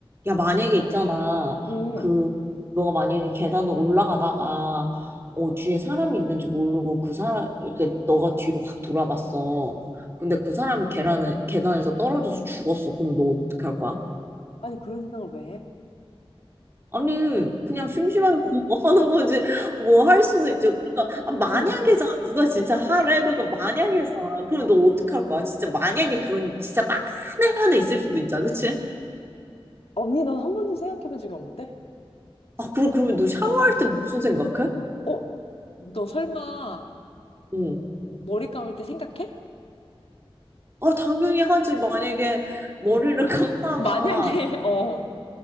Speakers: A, on the right; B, on the left.
A: 야, 만약에 있잖아.
B: 음.
A: 그, 너가 만약에 계단을 올라가다가, 어, 뒤에 사람이 있는지 모르고 그 사람, 이렇게 너가 뒤로 확 돌아봤어. 근데 그 사람이 계단에, 계단에서 떨어져서 죽었어. 그러면 너 어떻게 할 거야?
B: 아니, 그런 생각을 왜 해?
A: 아니, 그냥 심심하게 <laughs> 그냥 뭐 하는 거지. 뭐 할 수도 있죠 그러니까, 아, 만약에잖아.
B: 응
A: 누가 진짜 하래. 그러니까 만약에잖아. 그러면 너 어떻게 할 거야? 진짜 만약에 그런, 진짜 만에 하나 있을 수도 있잖아. 그치?
B: 언니, 난 한 번도 생각해 본 적이 없는데?
A: 아, 그럼, 그러면 너 샤워할
B: 응
A: 때 무슨 생각해?
B: 어, 너 설마
A: 응.
B: 머리 감을 때 생각해?
A: 아, 당연히 하지. 만약에 머리를
B: 응
A: <laughs> 감다가,
B: 만약에, <laughs> 어.